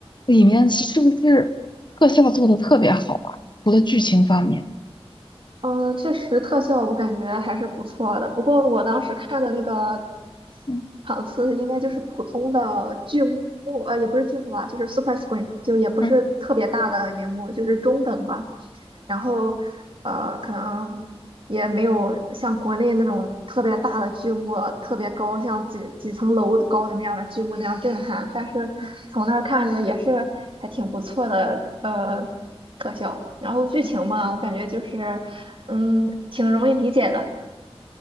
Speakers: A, on the left; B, on the right.
A: 里面是是不是特效做的特别好啊？除了剧情方面，
B: 嗯，确实特效我感觉还是不错的，不过我当时看的那个
A: 嗯
B: 场次应该就是普通的剧目，呃，也不是剧目吧，就是 super screen，就也不是特别大的荧幕，
A: 嗯
B: 就是中等吧。然后呃，可能也没有像国内那种特别大的剧目，特别高，像几几层楼高的那样的剧目那样震撼。但是从那儿看着也是还挺不错的，
A: 嗯
B: 呃，特效。然后剧情嘛，
A: 嗯。
B: 我感觉就是，嗯，挺容易理解的。